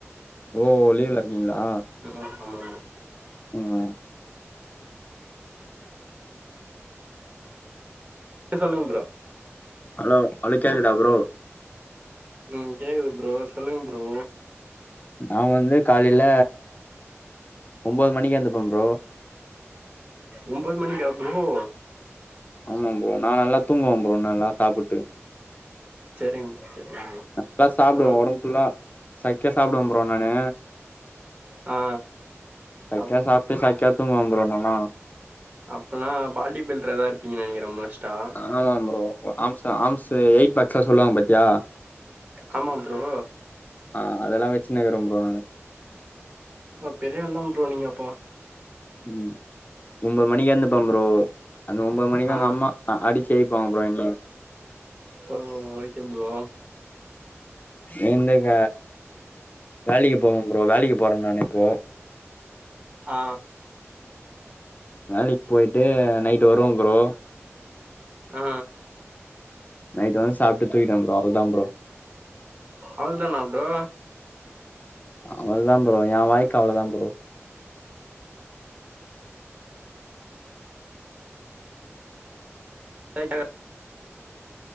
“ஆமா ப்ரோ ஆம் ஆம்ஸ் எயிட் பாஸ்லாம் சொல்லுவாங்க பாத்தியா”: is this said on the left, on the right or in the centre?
Left